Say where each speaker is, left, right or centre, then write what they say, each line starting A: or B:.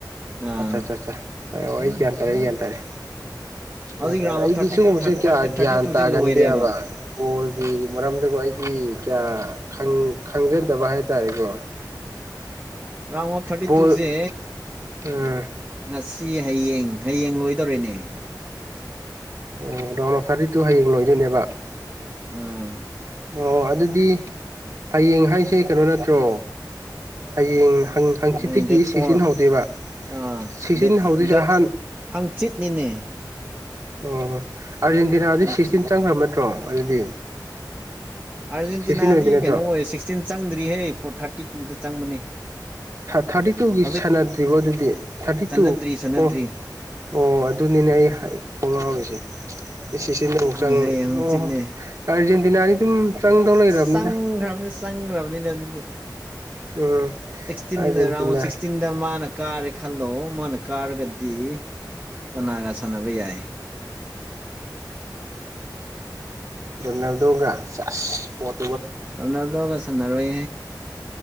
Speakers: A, on the right; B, on the right.
A: ꯑꯥ
B: ꯑꯠꯆꯥ ꯑꯠꯆꯥ ꯍ ꯑꯩ ꯒ꯭ꯌꯥꯟ ꯇꯥꯔꯦ ꯑꯩ ꯒ꯭ꯌꯥꯟ ꯇꯥꯔꯦ
A: ꯍꯧꯖꯤꯛ
B: ꯒ꯭ꯌꯥꯟ ꯇꯥꯔꯦ
A: ꯔꯥꯎꯟ
B: ꯑꯩꯗꯤ
A: ꯑꯣꯐ ꯊꯥꯔꯇꯤ
B: ꯁꯤꯒꯨꯝꯕꯁꯦ ꯀꯌꯥ
A: ꯊꯥꯔꯇꯤ
B: ꯒ꯭ꯌꯥꯟ
A: ꯇꯨꯁꯦ
B: ꯇꯥꯒꯟꯗꯦꯕ
A: ꯂꯣꯏꯔꯦꯕ
B: ꯀꯣꯜꯒꯤ ꯃꯔꯝꯗꯀꯣ ꯑꯩꯗꯤ ꯀꯌꯥ ꯈꯪꯖꯗꯕ ꯍꯥꯏꯇꯥꯔꯦꯀꯣ
A: ꯔꯥꯎꯟ ꯑꯣꯐ ꯊꯥꯔꯇꯤ
B: ꯕꯣꯜ
A: ꯇꯨꯁꯦ
B: ꯎꯝ
A: ꯉꯁꯤ ꯍꯌꯦꯡ ꯍꯌꯦꯡ ꯂꯣꯏꯗꯧꯔꯤꯅꯦ
B: ꯔꯗꯥꯎꯟ ꯑꯣꯐ ꯊꯥꯔꯤꯠꯇꯨ ꯍꯌꯦꯡ ꯂꯣꯏꯗꯣꯏꯅꯦꯕ
A: ꯎꯝ
B: ꯑꯣ ꯑꯗꯨꯗꯤ ꯍꯌꯦꯡ ꯍꯥꯏꯁꯦ ꯀꯩꯅꯣ ꯅꯠꯇ꯭ꯔꯣ ꯍꯌꯦꯡ ꯪ ꯍꯪꯆꯤꯠꯇꯒꯤ
A: ꯍꯌꯦꯡ ꯗꯦꯠ
B: ꯁꯤꯛꯁꯇꯤꯟ
A: ꯐꯣꯔ
B: ꯍꯧꯗꯦꯕ
A: ꯑꯥ
B: ꯁꯤꯛꯁꯇꯤꯟ
A: ꯗꯦꯠ
B: ꯍꯧꯗꯛꯁꯦ
A: ꯗꯦꯠ
B: ꯑꯍꯥꯟ
A: ꯍꯪꯆꯤꯠꯅꯤꯅꯦ
B: ꯑꯣ ꯑꯥꯔꯖꯦꯟꯇꯤꯅꯥꯗꯤ
A: ꯍꯪꯆꯤꯠ
B: ꯁꯤꯛꯁꯇꯤꯟ ꯆꯪꯈ꯭ꯔꯕ ꯅꯠꯇ꯭ꯔꯣ ꯑꯗꯨꯗꯤ
A: ꯑꯥꯔꯖꯦꯟꯇꯤꯅꯥꯗꯤ
B: ꯁꯤꯛꯁꯇꯤꯟ ꯑꯣꯏꯗꯣꯏ ꯅꯠꯇ꯭ꯔꯣ
A: ꯀꯩꯅꯣ ꯑꯣꯏ ꯁꯤꯛꯁꯇꯤꯟ ꯆꯪꯗ꯭ꯔꯤꯍꯦ ꯐꯣꯔ ꯊꯥꯔꯇꯤ ꯇꯨꯗ ꯆꯪꯕꯅꯦ
B: ꯊꯥꯔꯇꯤ ꯇꯨꯒꯤ
A: ꯍꯧꯖꯤꯛ
B: ꯁꯥꯟꯅꯗ꯭ꯔꯤꯕꯣ ꯑꯗꯨꯗꯤ ꯊꯥꯔꯇꯤ
A: ꯆꯠꯅꯗ꯭ꯔꯤ
B: ꯇꯨ
A: ꯆꯠꯅꯗ꯭ꯔꯤ
B: ꯑꯣ ꯑꯣ ꯑꯗꯨꯅꯤꯅꯦ ꯑꯩ ꯈꯣꯡ ꯉꯥꯎꯔꯤꯁꯦ ꯏꯁꯁ ꯅꯕꯧꯕꯁꯦ
A: ꯍꯌꯦꯡ
B: ꯑꯪ
A: ꯍꯪꯆꯤꯠꯅꯦ
B: ꯑꯣ ꯑꯥꯔꯖꯦꯟꯇꯤꯅꯥꯅꯤ ꯑꯗꯨꯝ ꯆꯪꯗꯧ ꯂꯩꯔꯕꯅꯤꯗ
A: ꯆꯪꯈ꯭ꯔꯕꯅꯤ ꯆꯪꯈ꯭ꯔꯕꯅꯤꯅ <unintelligible>
B: ꯎꯝ
A: ꯁꯤꯛꯁꯇꯤꯟ
B: ꯑꯥꯔꯖꯦꯟꯇꯤꯅꯥ
A: ꯔꯥꯎꯟ ꯁꯤꯛꯁꯇꯤꯟꯗ ꯃꯥꯅ ꯀꯥꯔꯒ ꯈꯜꯂꯣ ꯃꯥꯅ ꯀꯥꯔꯒꯗꯤ ꯀꯅꯥꯒ ꯁꯥꯟꯅꯕ ꯌꯥꯏ
B: ꯅꯗꯒ ꯆ ꯄꯣꯠ
A: ꯔꯗꯒ ꯁꯟꯅꯔꯋꯦ